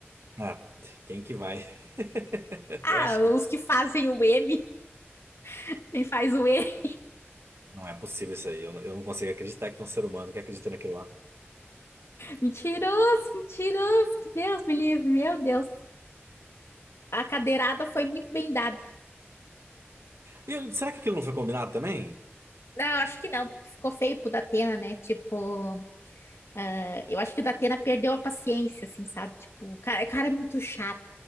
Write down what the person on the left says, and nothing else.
Ah,
os que fazem o M, <laughs> quem faz o E.
Mentiroso, mentiroso, que Deus me livre, meu Deus. A cadeirada foi muito bem dada.
Não, acho que não, porque ficou feio pro Datena, né? Tipo, eh, eu acho que o Datena perdeu a paciência, assim, sabe? Tipo, o cara, o cara é muito chato.